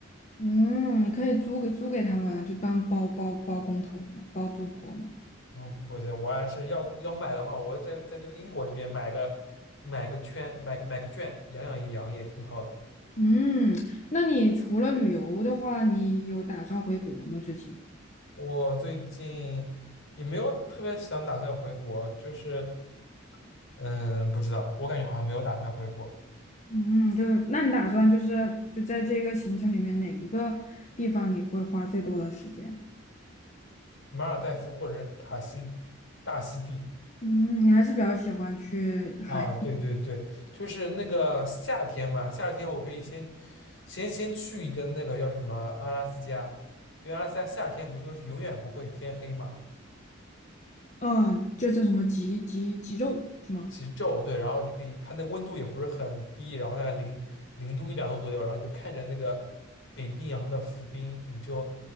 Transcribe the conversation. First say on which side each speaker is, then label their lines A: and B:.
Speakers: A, on the left; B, on the left.
A: 嗯，你可以租给租给他们啊，就当包包包工头嘛，包租婆嘛。
B: 嗯，不不行，我还是要要买的话，我在在这个英国这边买个买个圈，买个买个圈，养养羊也挺好的。
A: 嗯，那你除了旅游的话，你有打算回国吗？最近？
B: 我最近也没有特别想打算回国，就是嗯，不知道，我感觉好像没有打算回国。
A: 嗯，就那你打算就是就在这个行程里面哪一个地方你会花最多的时间？
B: 马尔代夫或者塔西大溪地
A: 嗯，你还是比较喜欢去海，
B: 啊，对对对，就是那个夏天嘛，夏天我可以先先先去一个那个叫什么阿拉斯加，因为阿拉斯加夏天不就是永远不会天黑嘛，
A: 嗯，就叫什么极极极昼是吗？
B: 极昼，对，然后你就可以，它那温度也不是很低，然后大概零零度一两度左右，然后你就看着那个北冰洋的浮冰，你就